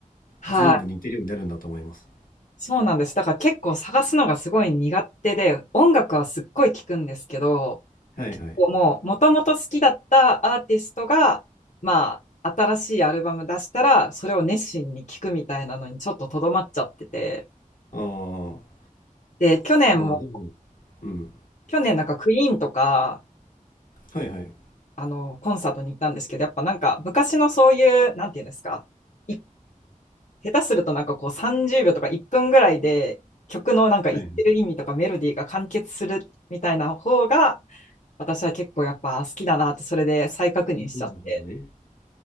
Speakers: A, on the left; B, on the left.
A: はい。
B: 全部似てるようになるんだと思います。
A: そうなんです。だから結構探すのがすごい苦手で、音楽はすっごい聞くんですけど、
B: はいはい。
A: 結構もう、もともと好きだったアーティストが、まあ、新しいアルバム出したら、それを熱心に聞くみたいなのにちょっととどまっちゃってて。
B: ああ、
A: で、去年も、
B: まあでも、うん。
A: 去年なんかクイーンとか、
B: はいはい。
A: あの、コンサートに行ったんですけど、やっぱなんか昔のそういう、なんていうんですか、い下手するとなんかこう30秒とか1分ぐらいで曲のなんか言ってる意味とかメロディーが完結するみたいな方が、
B: はいはい。
A: 私は結構やっぱ好きだなって、それで再確認しちゃって。
B: なるほどね。